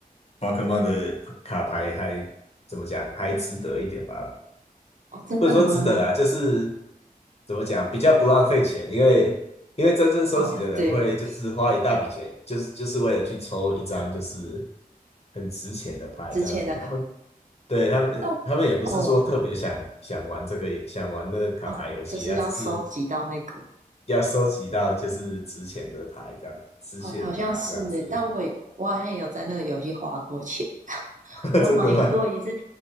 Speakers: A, on the left (about 40°); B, on the right (about 55°).
A: 宝可梦的卡牌还怎么讲，还值得一点吧？
B: 哦，真的吗？
A: 不能说值得啊，就是怎么讲，比较不浪费钱，因为因为真正收集的人会就是花一大笔钱，
B: 哦，对，
A: 就是就是为了去抽一张就是很值钱的牌这样子。
B: 之前的卡。
A: 他们对他们呃他们也不是说特别想想玩这个想玩那个卡牌游戏，
B: 那哦哦，就是要收集到那个，
A: 他只是要收集到就是值钱的牌，这样值钱的卡这样子，
B: 好好像是诶，但我也我好像也有在那个游戏花过钱，<laughs>
A: <laughs>
B: 我买过一次，
A: 真的吗？